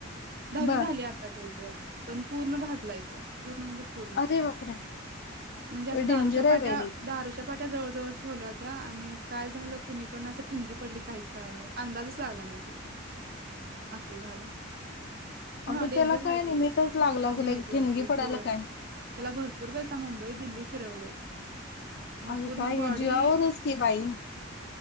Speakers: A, on the right; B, on the left.
A: दहावी
B: बर
A: झाली आता तेच पण पूर्ण भाजलाय तो पूर्ण म्हणजे पूर्ण
B: अरे बापरे
A: म्हणजे असं
B: हे
A: दारूच्या
B: डेंजर आहे
A: पाट्या
B: बाई लई
A: दारूच्या ट्या जवळ जवळ ठेवल्या होत्या आणि काय झालं कुणीकडून असं ठिणगी पडली काहीच कळालं नाही अंदाजच लागला नाही ते असल झालं हा
B: अगं
A: डेंजर
B: त्याला काय
A: आहे तेथवढंच
B: निमित्तच लागलं असेल
A: निमीत्त
B: एक
A: त
B: ठिणगी
A: लागतय
B: पडायला
A: होय
B: काय
A: त्याला भरपूर पैसा मुंबई दिल्ली फिरवले मग
B: अ
A: पूर्ण
B: काय
A: बॉडी
B: जीवावरच की बाई